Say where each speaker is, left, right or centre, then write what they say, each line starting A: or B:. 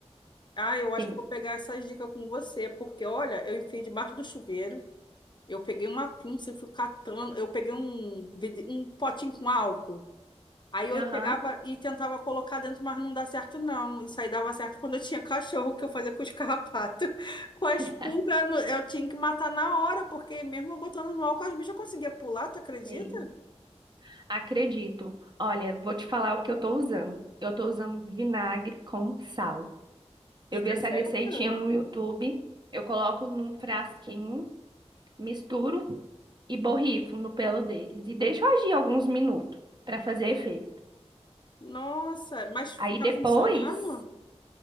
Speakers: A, on the left; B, on the right.
A: Ah, eu acho
B: Sim.
A: que eu vou pegar essas dicas com você, porque olha, eu enfiei debaixo do chuveiro. Eu peguei uma pinça e fui catando. Eu peguei um, vid- um potinho com álcool. Aí eu
B: Aham.
A: pegava e tentava colocar dentro, mas não dá certo, não. Isso aí dava certo quando eu tinha <laughs> cachorro, que eu fazia com os carrapatos. <laughs> Com a
B: <laughs>
A: pulgas, no- eu tinha que matar na hora, porque mesmo eu botando no álcool, as bichas conseguiam pular, tu acredita?
B: Sim, acredito. Olha, vou te falar o que eu tô usando. Eu tô usando vinagre com sal. Eu
A: E dá
B: vi essa
A: certo?
B: receitinha no YouTube. Eu coloco num frasquinho, misturo e borrifo no pelo deles. E deixo agir alguns minutos para fazer efeito.
A: Nossa, mas
B: Aí
A: tá
B: depois,
A: funcionando?